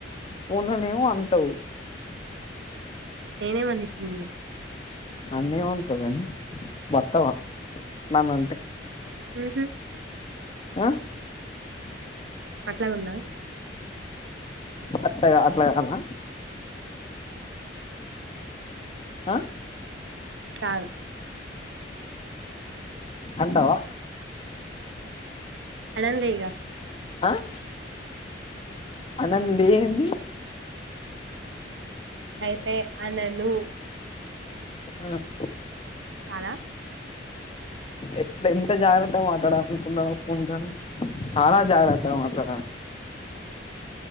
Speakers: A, on the left; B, on the right.
A: పోన్లోనేమో అంటవు
B: నేనేమి అన్న ఇప్పుడు నిన్ను
A: నన్నేమీ అంటావ్ గాని బత్తావా నన్ను అంటే
B: ఊ ఊ
A: ఆహ్
B: అట్లాగుడ్నా
A: అట్లాగా అట్లా గాదా ఆహ్
B: కాదు
A: అంటవా
B: అనన్ లే ఇగ
A: ఆహ్ అనన్ లే ఏంది?
B: అయితే అనను.
A: ఆహ్
B: చాల
A: ఎట్లా ఎంత జాగ్రత్తగా మాట్లాడాలి అనుకుంటన్నావ్ ఫోన్ కాల్ చాలా జాగ్రత్తగ మాట్లాడ్ ఆహ్